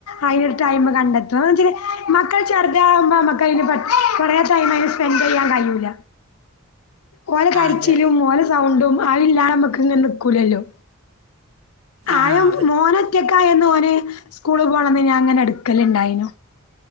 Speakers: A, on the left; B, on the right.
A: അയിനൊരു ടൈം കണ്ടെത്തു അയ്ച്ചിനി മക്കൾ ചെറുതാവുമ്പോ അമ്മക്കയ്ന്. പ കൊറെ ടൈംയിന് സ്പെൻഡ്യ്യാൻ കയ്യൂല. ഓല കരച്ചിലും
B: അതെ
A: ഓലെ സൗണ്ടും അയില്ലാതെ നമ്മുക്ക്ങ്ങനെ നിക്കൂലല്ലോ.
B: ആഹ്
A: ആയം
B: അതെ
A: മോനൊറ്റക്കായന്ന് ഓന് സ്കൂൾ പോണന്ന് ഞൻ അങ്ങനെ എടുക്കല് ഉണ്ടായിനു.